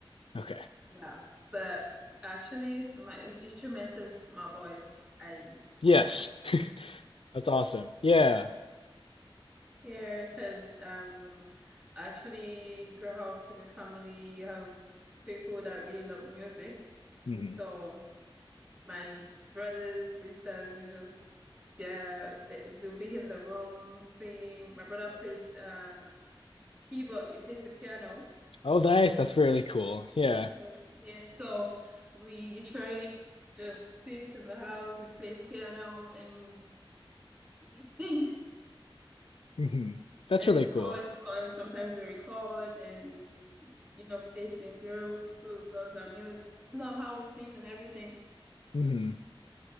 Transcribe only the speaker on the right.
no. But actually my instrument is my voice. I
Yeah, because um, I actually grew up in a family of people that really love music.
So my brothers, sisters, we just yeah, st- we'll be in the room sing. My brother plays uh keyboard. He plays the piano.
Mm, Yeah, so we literally just sit in the house. He plays piano and he sing.
And
it's
always fun. Sometimes we record and we, you know, paste in groups. People love our music, love how we sing and everything.